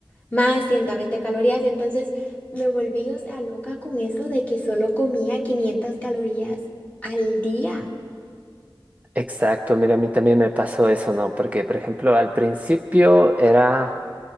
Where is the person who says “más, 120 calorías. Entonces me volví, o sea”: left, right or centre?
Left